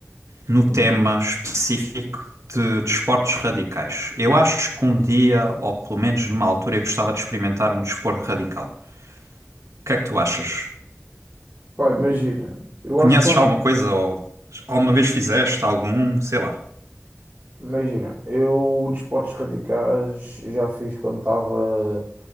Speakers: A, on the right; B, on the right.
A: no tema
B: Uhum.
A: específico de desportos radicais. Eu acho que um dia, ou pelo menos numa altura, eu gostava de experimentar um desporto radical. O que é que tu achas?
B: Pá, imagina, eu
A: Conheces
B: acho bem.
A: alguma coisa ou alguma vez fizeste algum, sei lá.
B: Imagina, eu desportos radicais já fiz quando estava